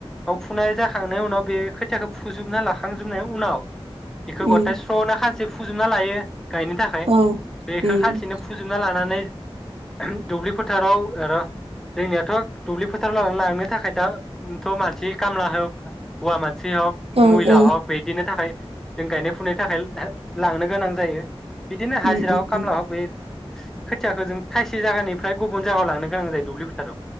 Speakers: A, in the centre; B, on the right.
A: औ फुनाय जाखांनायनि उनाव बे खोथाखौ फुजोबना लाखांजोबनायनि उनाव। बेखौ गथाय
B: उम
A: स्रनो खाज एसे फोजोबना लायो। गायनो थाखाय
B: औ
A: बेखौ
B: उम
A: खानसेनो फुजोबना लानानै। दुब्लि फोथाराव आर जोंनियाथ दुब्लि फोथाराव लां लांनो। थाखाय दाथ' मानसि खालाहो हुवामानसि सि हक, महिला
B: औ औ
A: हक बेदिनो थाखायाय। जों गायनाय फुनायनि थाखाय लांनो गोनां जायो। बिदिनो हाजिरा
B: उम उम
A: हक, खामला
B: उम
A: हक बे खोथियाखौ जों थाइसे जायगानिफ्राय गुबुन जगायाव लांनो गोनां जायो। दुब्लि फोथाव।